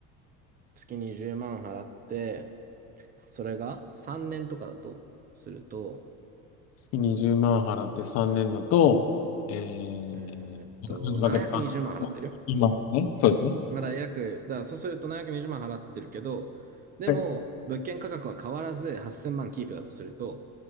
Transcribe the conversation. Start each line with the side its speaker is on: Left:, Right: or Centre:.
Right: 月20万払って、それが3年とかだとすると、
Left: 20万払って3年だと、え
Right: えっと、
Left: ー、4かける、
Right: 720万払ってる
Left: まあの、今ですね。そうですね。
Right: まだ約、だからそうすると720万払ってるけど、でも、
Left: はい
Right: 物件価格は変わらず8000万キープだとすると、